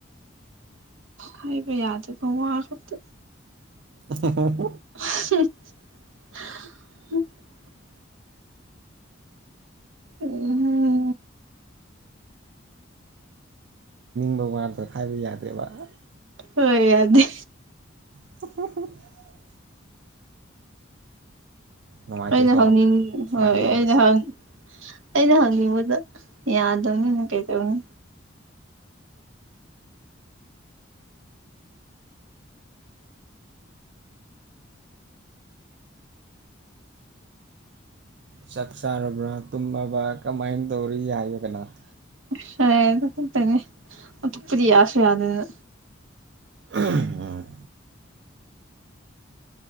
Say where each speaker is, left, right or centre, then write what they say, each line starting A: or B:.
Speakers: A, on the right; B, on the right.
A: ꯍꯥꯏꯕ ꯌꯥꯗꯕꯥ ꯋꯥꯃꯛꯇꯥ
B: <unintelligible>
A: <inaudible> ꯎꯝꯝ ꯍꯝꯝ
B: ꯑꯃꯥ ꯋꯥꯃꯇꯡ ꯍꯥꯏꯕ ꯌꯥꯗꯦꯕꯥ ꯑ
A: ꯍꯣꯏ ꯌꯥꯗꯦ
B: <inaudible> ꯅꯨꯡꯉꯥꯏꯇꯦꯀꯣ
A: ꯑꯩꯅ ꯍꯪꯅꯤꯡ
B: ꯁꯨꯃꯥꯏꯅ
A: ꯍꯣꯏ
B: ꯇꯧꯕꯁꯦ
A: ꯑꯩꯅ ꯍꯪꯅꯤꯡ ꯑꯩꯅ ꯍꯪꯅꯤꯡꯕꯗ ꯌꯥꯗꯕꯅꯤꯅ ꯀꯩꯗꯧꯅꯤ
B: ꯆꯥꯛ ꯆꯥꯔꯕ꯭ꯔꯥ ꯇꯨꯝꯃꯕ ꯀꯃꯥꯏꯅ ꯇꯧꯔꯤ ꯌꯥꯏꯕ ꯀꯩꯅ‌ꫭ
A: ꯁꯥꯏ ꯑꯗꯨ ꯈꯛꯇꯅꯤ ꯑꯗꯨ ꯀꯔꯤ ꯌꯥꯁꯨ ꯌꯥꯗꯅ
B: ꯎꯝ